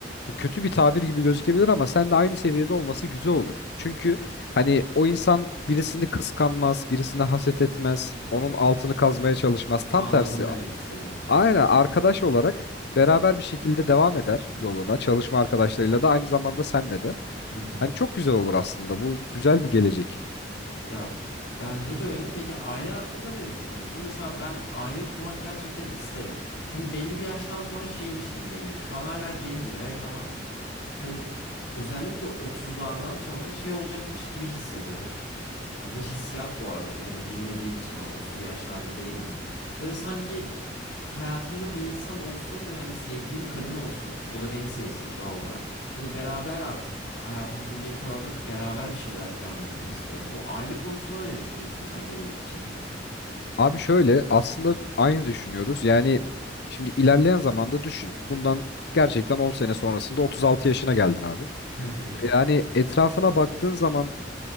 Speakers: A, on the left; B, on the left.
A: bu kötü bir tabir gibi gözükebilir ama sen de aynı seviyede olması güzel olur. Çünkü hani o insan birisini kıskanmaz, birisine haset etmez, onun altını kazmaya çalışmaz. Tam
B: Anladım
A: tersi.
B: demek istediğini.
A: Aynen arkadaş olarak beraber bir şekilde devam eder yoluna. Çalışma arkadaşlarıyla da aynı zamanda senle de.
B: Hı hı.
A: Hani çok güzel olur aslında. Bu güzel bir gelecek.
B: Ya bence de öyle. Peki aile hakkında ne düşünüyorsun? Mesela ben aile kurmak gerçekten isterim. Çünkü belli bir yaştan sonra şeymiş gibi geliyor. Şu an hala gencim evet ama hani özellikle otuzlardan sonra şey olacakmış gibi hissediyorum. Bu hissiyat bu arada yani bilmediğim için o an 30'lu yaşlarda değilim. Böyle sanki hayatımda bir insan olsun ve hani sevdiğim kadın olsun. O da beni sevsin doğal olarak. Hani beraber artık hayatımızın geri kalanında beraber bir şeyler planlayalım istiyorum. Bu aile konusuna ne düşünüyorsun sen gelecek için?
A: Abi şöyle aslında aynı düşünüyoruz. Yani şimdi ilerleyen zamanda düşün. Bundan gerçekten 10 sene sonrasında 36 yaşına geldin abi.
B: Hı hı.
A: Yani etrafına baktığın zaman